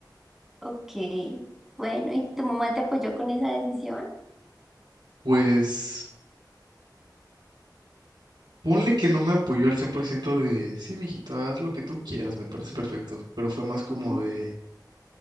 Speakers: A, in the centre; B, on the right.
A: ok. Bueno, ¿y tu mamá te apoyó con esa decisión?
B: Pues ponle que no me apoyó al 100% de, sí, mijito, haz lo que tú quieras, me parece perfecto, pero fue más como
A: Ujú,
B: de...